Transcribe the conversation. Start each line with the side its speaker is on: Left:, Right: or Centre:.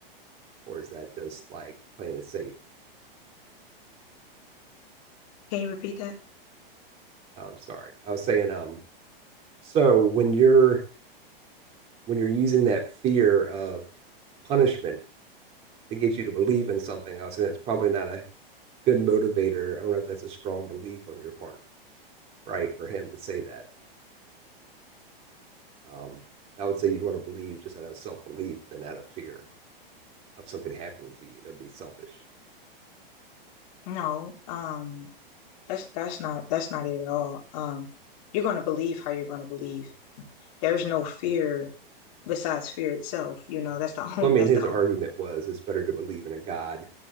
Right: or is that just like playing it safe?
Left: Can you repeat that?
Right: I'm sorry. I was saying, um, so when you're when you're using that fear of punishment to get you to believe in something, I was saying that's probably not a good motivator. I don't know if that's a strong belief on your part, right? For him to say that, um, I would say you'd want to believe just out of self belief than out of fear of something happening to you. That'd be selfish.
Left: No. Um. That's that's not that's not it at all. Um, you're gonna believe how you're gonna believe. There's no fear besides fear itself. You know, that's the <laughs> only
Right: Well, I
Left: that's
Right: mean, his
Left: the
Right: argument
Left: only,
Right: was it's better to believe in a God